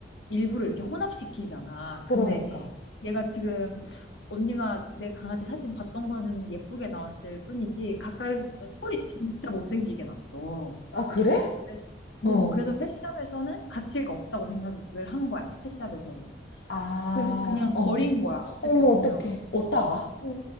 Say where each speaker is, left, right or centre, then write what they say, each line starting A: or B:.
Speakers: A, on the left (about 80°); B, on the left (about 65°).
A: 일부러 이렇게 혼합시키잖아.
B: 그러니까.
A: 근데 얘가 지금 언니가 내 강아지 사진 봤던 거는 예쁘게 나왔을 뿐이지 가까이서 보면 털이 진짜 못생기게 났어.
B: 아, 그래?
A: 그래서 어,
B: 어.
A: 그래서 펫샵에서는 가치가 없다고 생각을 한 거야. 펫샵에서는.
B: 아,
A: 그래서 그냥
B: 어.
A: 버린 거야. 어떻게
B: 어머,
A: 보면.
B: 어떡해. 어디다가?
A: 어,